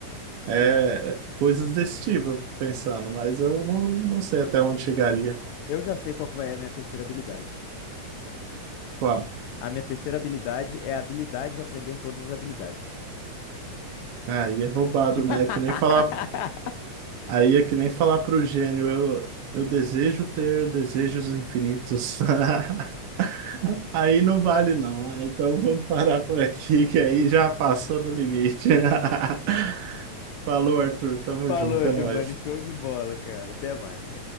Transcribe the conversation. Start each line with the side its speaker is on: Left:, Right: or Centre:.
Right: É,
Left: uhum.
Right: coisas desse tipo, eu fico pensando, mas eu não, não sei até onde chegaria.
Left: Eu já sei qual que vai ser a minha terceira habilidade.
Right: Qual?
Left: A minha terceira habilidade é a habilidade de aprender todas as habilidades.
Right: Aí é roubado,
Left: <laughs>
Right: né? É que nem falar, aí é que nem falar pro gênio, eu, eu desejo ter desejos infinitos. <laughs> Aí não vale, não. né? Então vamos parar por aqui, que aí já passou do limite. <laughs> Falou, Arthur. Tamo
Left: Falou,
Right: junto, é
Left: Giovanni.
Right: nóis.
Left: Show de bola, cara. Até mais.